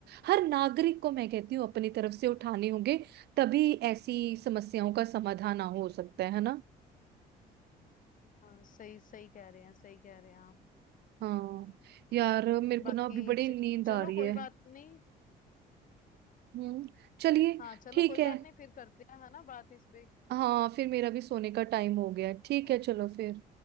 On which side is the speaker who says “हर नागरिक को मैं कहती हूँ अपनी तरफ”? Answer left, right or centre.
Right